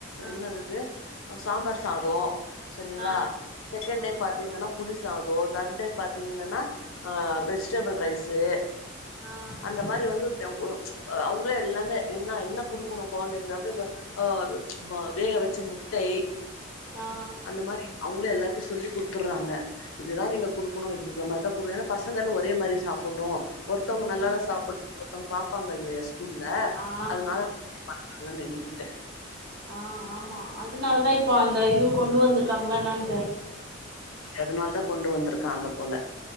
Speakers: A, on the right; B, on the left.
A: ஆ
B: என்னதிது சாம்பார் சாதொ சரிங்ளா
A: ஆ
B: செகண்ட்
A: ஆ
B: டே பாத்தீங்கனா புளி சாதோ தர்டே பாத்தீங்கன்னா ஆ வெஜிடபிள் ரை ஸு
A: ஆ
B: அந்த மாரி வந்து டவ் ஒ அவுங்களே எல்லாமே என்ன என்ன குடுக்கணு கொழந்தைங்க <unintelligible> ஆ வ வேக வச்ச முட்டை
A: ஆ
B: அந்த மாரி அவுங்களு எல்லாத் து சொல்லி குடுத்துர்றாங்க இதுதா நீங்க குடுக்கணு இது இந்த மாரிதா குடுக்க ஏன்னா பசங்களு ஒரே மாரி சாப்புன்ணு ஒருத்தவங்க நல்லாதா
A: ம்
B: சாப்பட்ற் ஒருத்தங்க பாப்பாங்க இல்லயா ஸ் கூல்ல
A: ஆ
B: அதனால
A: ஆ
B: <unintelligible> நெனைக்கிறே.
A: ஆ ஆமா அதனாலதா இப்போ அந்த இது கொண்டு வந்திருக்காங்களா என்னான்
B: அதனாலதா கொண்டு வந்துருக் காங்க போல.